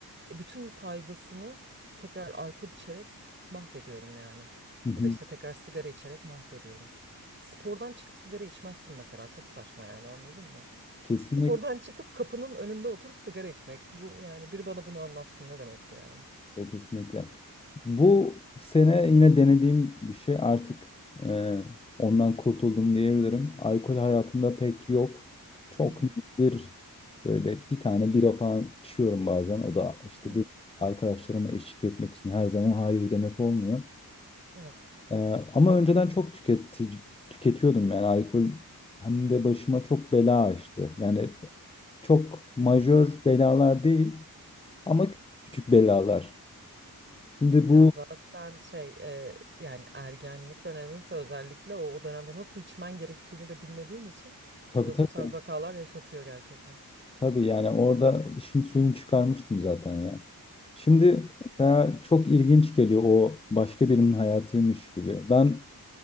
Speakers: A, on the right; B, on the left.
A: E, bütün faydasını tekrar alkol içerek mahvediyorum yani.
B: Hı hı.
A: Ya da işte tekrar sigara içerek mahvediyorum. Spordan çıkıp sigara içmezsin mesela çok saçma yani anladın mı?
B: Kesinlikle.
A: Spordan çıkıp kapının önünde oturup sigara içmek. Bu yani biri bana bunu anlatsın ne demek bu yani?
B: Kesinlikle, kesinlikle. Bu sene yine denediğim bir şey artık e, ondan kurtuldum diyebilirim. Alkol hayatımda pek yok. Çok
A: Hı hı,
B: nadir böyle bir tane bira falan içiyorum bazen. O da işte
A: hı hı.
B: de- arkadaşlarıma eşlik etmek için her zaman hayır demek olmuyor.
A: Evet.
B: E, ama önceden çok tüketici, tüketiyordum yani alkol hem de başıma çok bela açtı. Yani çok majör belalar değil ama küçük belalar. Şimdi
A: Ya
B: bu
A: zaten şey e, yani ergenlik döneminde özellikle o, o dönemde nasıl içmen gerektiğini de bilmediğin için
B: Tabii
A: biraz
B: tabii.
A: o tarz vakalar yaşatıyor gerçekten.
B: Tabii yani orada işin suyunu çıkarmıştım zaten ya. Şimdi
A: Hı hı.
B: mesela çok ilginç geliyor o başka birinin hayatıymış gibi. Ben